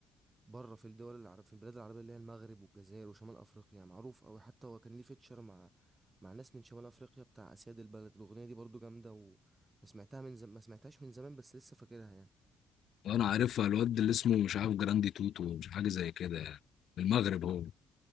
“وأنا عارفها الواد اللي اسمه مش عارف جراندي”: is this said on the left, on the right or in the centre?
Left